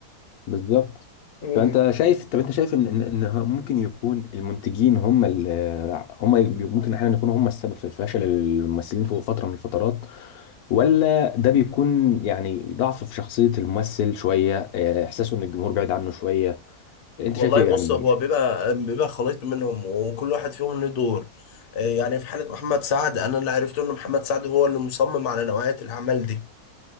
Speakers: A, on the left; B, on the left.
A: بالظبط
B: مم.
A: فانت شايف طب انت شايف ان ان إن ه- ممكن يكون المنتجين هم ال- هم ي- ممكن احيانا يكونوا هم السبب في فشل الممثلين في فتره من الفترات ولا ده بيكون يعني ضعف في شخصيه الممثل شويه آه، احساسه ان الجمهور بعيد عنه شويه انت
B: والله
A: شايف ايه
B: بص
A: يعني
B: هو بيبقى بيبقى خليط منهم وكل واحد فيهم له دور آه، يعني في حالة محمد سعد انا اللي عرفته ان محمد سعد هو اللي مصمم على نوعية الاعمال دي